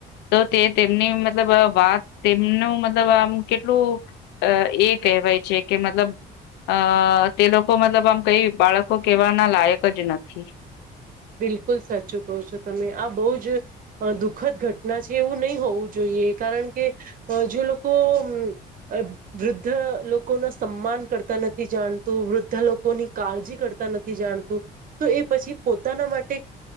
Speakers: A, on the left; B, on the right.
A: તો તે તેમની મતલબ વ વાત તેમનું મતલબ અ આમ કેટલું અ એ કહેવાય છે કે મતલબ અ તે લોકો મતલબ આમ કઈ બાળકો કહેવાના લાયક જ નથી.
B: બિલકુલ સાચું કહો છો તમે આ બહુ જ અ દુઃખદ ઘટના છે એવું નહી હોવું જો કારણ કે અ જે લોકો અ અ વૃદ્ધ અ લોકો ના સન્માન કરતા નથી જાણતું વૃદ્ધા લોકોની કાળજી કરતા નથી જાણતું તો એ પછી પોતા- તના માટે